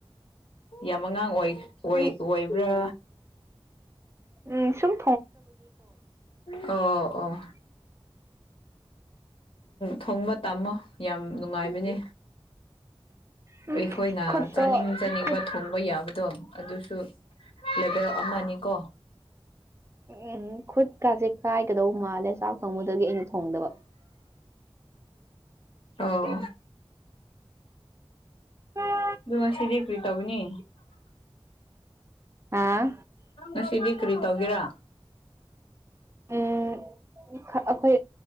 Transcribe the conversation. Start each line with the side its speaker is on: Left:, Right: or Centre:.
Left: ꯌꯥꯝ ꯑꯉꯥꯡ ꯑꯣꯏ
Right: ꯑꯩ
Left: ꯑꯣꯏꯕ꯭ꯔꯥ
Right: ꯎꯝ ꯁꯨꯝ
Left: ꯑꯣ ꯑꯣ
Right: ꯎꯝ
Left: ꯊꯣꯡꯕ ꯇꯥꯝꯃꯣ ꯌꯥꯝ ꯅꯨꯡꯉꯥꯏꯕꯅꯦ
Right: ꯎꯝ
Left: ꯑꯩꯈꯣꯏꯅ
Right: ꯈꯨꯠꯇꯣ
Left: ꯆꯥꯅꯤꯡ ꯆꯥꯅꯤꯡꯕ
Right: ꯈꯨꯠ
Left: ꯊꯣꯡꯕ ꯌꯥꯕꯗꯣ ꯑꯗꯨꯁꯨ ꯂꯕ ꯑꯃꯅꯤꯀꯣ
Right: ꯎꯝ ꯈꯨꯠ ꯀꯖꯤꯦ ꯀꯥꯏ ꯀꯩꯗꯧꯕꯧ ꯃꯥꯜꯂꯦ ꯆꯥꯛ ꯊꯣꯡꯕꯗꯒꯤ ꯑꯩꯅ ꯊꯣꯡꯗꯕ
Left: ꯑꯣ
Right: ꯎꯝ
Left: ꯑꯗꯨꯒ ꯉ ꯁꯤꯗꯤ ꯀ꯭ꯔꯤ ꯇꯕꯨꯅꯤ
Right: ꯑꯥ
Left: ꯉꯁꯤꯗꯤ ꯀꯔꯤ ꯇꯧꯒꯦꯔꯥ <inaudible>
Right: ꯎꯝ ꯑꯩꯈꯣꯏ